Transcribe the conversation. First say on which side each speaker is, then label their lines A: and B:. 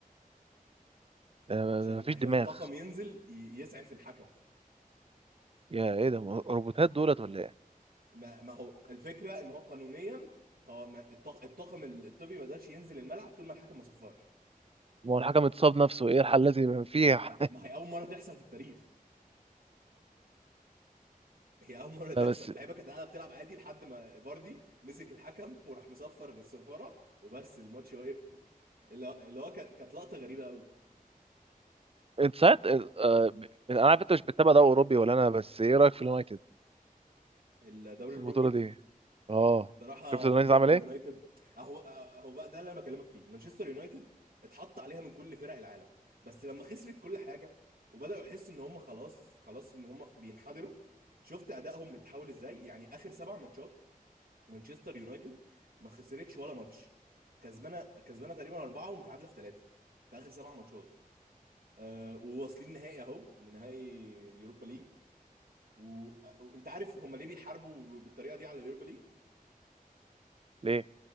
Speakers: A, on the right; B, on the right.
A: آه،
B: عشان
A: ما فيش
B: عشان
A: دماغ
B: الطاقم ينزل ي- يسعف الحكم
A: يا ايه ده روبوتات دولت ولا ايه
B: ما ما هو الفكره ان هو قانونيا هو ما الط- الطاقم الطبي ما قدرش ينزل الملعب طول ما الحكم ما صفرش
A: ما هو الحكم اتصاب نفسه ايه الحل الذي يبقى فيه
B: ما
A: <laughs>
B: ما هي اول مره تحصل في التاريخ هي اول مره تحصل
A: لا بس
B: اللعيبه كانت قاعده بتلعب عادي لحد ما فاردي مسك الحكم <laughs> وراح مصفر بالصفاره وبس الماتش واقف اللي اللي هو كانت كانت لقطه غريبه قوي
A: انت ساعات آه، انا عارف انت مش بتتابع ده اوروبي ولا انا بس ايه رايك في اليونايتد
B: الدوري
A: في
B: الاوروبي
A: البطوله دي اه
B: بصراحه
A: شفت اليونايتد
B: مانشستر
A: عمل ايه
B: يونايتد اهو اهو بقى ده اللي انا بكلمك فيه مانشستر يونايتد اتحط عليها من كل فرق العالم بس لما خسرت كل حاجه وبداوا يحسوا ان هم خلاص خلاص ان هم بينحدروا شفت ادائهم اتحول ازاي يعني اخر سبع ماتشات مانشستر يونايتد ما خسرتش ولا ماتش كسبانه كسبانه تقريبا اربعه ومتعادله في ثلاثه في اخر سبع ماتشات أه وواصلين نهائي اهو نهائي يوروبا ليج و- وانت عارف هم ليه بيحاربوا بالطريقه دي على اليوروبا ليج
A: ليه